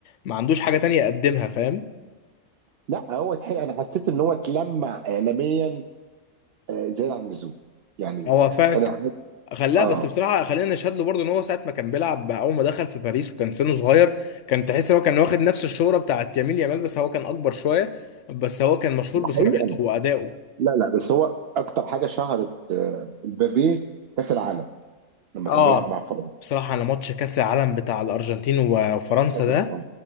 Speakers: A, on the left; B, on the right.
A: ما عندوش حاجه تانية يقدمها فاهم
B: لا هو تحقيق انا حسيت ان هو اتلمع اعلاميا آه، زيادة عن اللزوم يعني
A: هو فعلا
B: آه، انا
A: خلاه
B: اه
A: بس بصراحه خلينا نشهد له برضه ان هو ساعه ما كان بيلعب اول ما دخل في باريس وكان سنه صغير كان تحس ان هو كان واخد نفس الشهره بتاعت يمين يامال بس هو كان اكبر شويه بس هو كان مشهور
B: ده
A: بسرعته
B: حقيقة
A: وادائه
B: لا لا بس هو اكتر حاجة شهرت آه، مبابي كاس العالم لما
A: اه
B: كان بيلعب مع فرنسا
A: بصراحة أنا ماتش كأس العالم بتاع الأرجنتين و- وفرنسا
B: آه.
A: ده